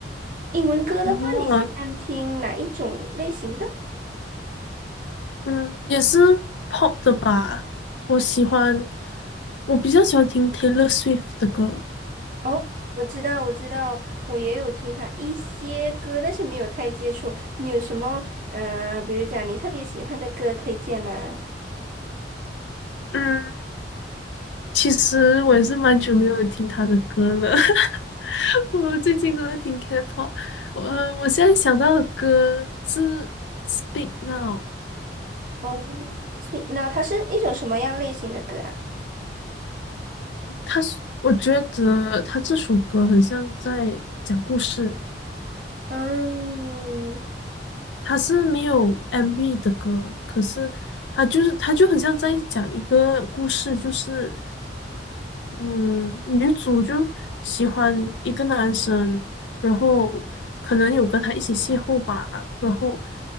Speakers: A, on the right; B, on the left.
A: 英文歌的话，
B: 哦，
A: 你喜欢听哪一种类型的？
B: 嗯，也是 pop 的吧。我喜欢，我比较喜欢听 Taylor Swift 的歌。
A: 哦，我知道，我知道，我也有听他一些歌，但是没有太接触。你有什么呃，比如讲你特别喜欢的歌推荐吗？
B: 嗯，其实我也是蛮久没有听她的歌了。<laughs> <laughs> 我最近都在听 K-pop，我嗯我现在想到的歌是《Speak Now》，
A: 哦，所以，那它是一种什么样类型的歌啊？
B: 它是我觉得它这首歌很像在讲故事，
A: 嗯，
B: 他是没有 MV 的歌，可是他就是他就很像在讲一个故事，就是嗯，女主就喜欢一个男生，然后可能有跟他一起邂逅吧，然后